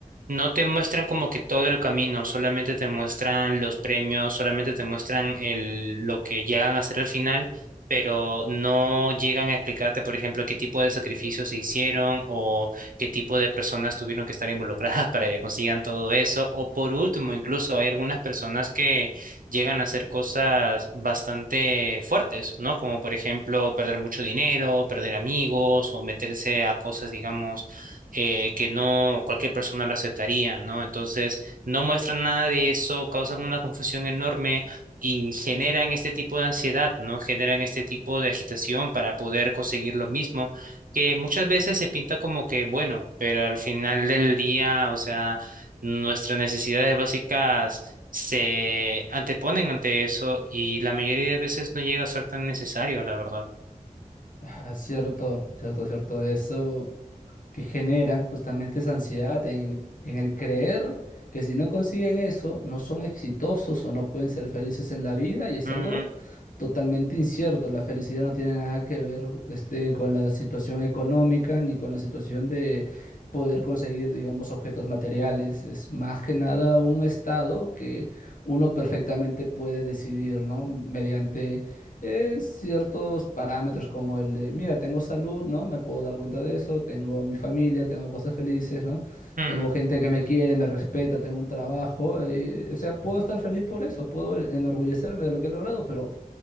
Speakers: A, on the right (about 75°); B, on the left (about 70°).
A: no te muestran como que todo el camino, solamente te muestran los premios, solamente te muestran el, lo que llegan a hacer al final, pero no llegan a explicarte, por ejemplo, qué tipo de sacrificios se hicieron o qué tipo de personas tuvieron que estar involucradas <laughs> para que consigan todo eso. O por último, incluso hay algunas personas que llegan a hacer cosas bastante fuertes, ¿no? Como por ejemplo perder mucho dinero, perder amigos o meterse a cosas, digamos eh, que no cualquier persona lo aceptaría, ¿no? Entonces, no muestran nada de eso, causan una confusión enorme y generan este tipo de ansiedad, ¿no? Generan este tipo de agitación para poder conseguir lo mismo, que muchas veces se pinta como que bueno, pero al final del día, o sea, nuestras necesidades básicas se anteponen ante eso y la mayoría de veces no llega a ser tan necesario, la verdad.
B: Ah, cierto, cierto, cierto. Eso que generan justamente esa ansiedad en el, en el creer que si no consiguen eso, no son exitosos o no pueden ser felices en la vida y es
A: Ujú,
B: algo totalmente incierto. La felicidad no tiene nada que ver este, con la situación económica ni con la situación de poder conseguir, digamos, objetos materiales. Es más que nada un estado que uno perfectamente puede decidir, ¿no? Mediante eh, ciertos parámetros como el de, mira, tengo salud, ¿no? Me puedo dar cuenta de eso, tengo mi familia, tengo cosas felices, ¿no?
A: ujú,
B: Tengo gente que me quiere, me respeta, tengo un trabajo, eh, o sea, puedo estar feliz por eso, puedo enorgullecerme de lo que he logrado, pero